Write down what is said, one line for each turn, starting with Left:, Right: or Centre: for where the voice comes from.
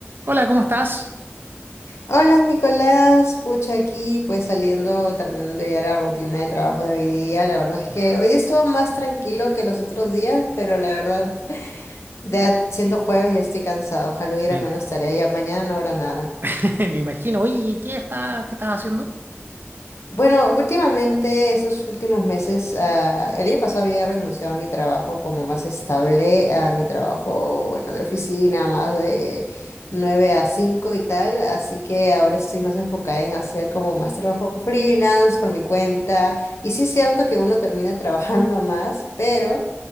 Right: Hola, ¿cómo estás?
Left: Hola Nicolás, pucha aquí, pues saliendo, terminando ya la rutina de trabajo de hoy día. La verdad es
Right: Uf,
Left: que hoy día estuvo más tranquilo que los otros días, pero la verdad, ya siendo jueves ya estoy cansado. Ojalá hubiera
Right: me imagino,
Left: menos tarea, ya mañana no habrá nada.
Right: <laughs> me imagino. Oye, ¿y ¿qué estás, qué estás haciendo?
Left: Bueno, últimamente, estos últimos meses, ah, el año pasado había renunciado a mi trabajo como más estable, a mi trabajo, bueno, de oficina, más de 9 a 5 y tal, así que ahora estoy más enfocada en hacer como más trabajo freelance por mi cuenta. Y sí es cierto que uno termina <laughs> trabajando más, pero